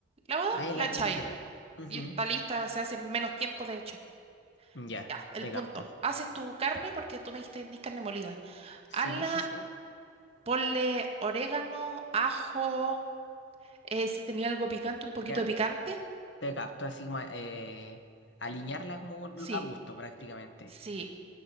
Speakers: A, on the right; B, on the left.
A: lavada,
B: Ahí
A: la
B: la,
A: echáis.
B: la tiráis. Ujú.
A: Y está lista, se hace en menos tiempo de hecho.
B: Ya,
A: Ya, el
B: te
A: punto.
B: capto.
A: Haces tu carne porque tú me dijiste que tenés carne molida.
B: Sí,
A: Hazla,
B: sí, sí.
A: ponle orégano, ajo, eh, si tenía algo picante, un poquito
B: Ya,
A: de picante.
B: te capto así como eh, alinearla como
A: Sí,
B: a gusto prácticamente.
A: sí.